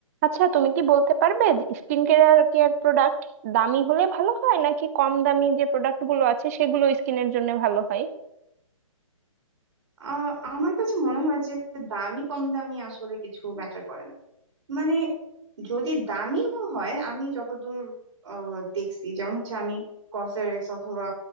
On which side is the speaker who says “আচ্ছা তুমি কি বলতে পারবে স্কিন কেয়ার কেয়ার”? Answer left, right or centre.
Right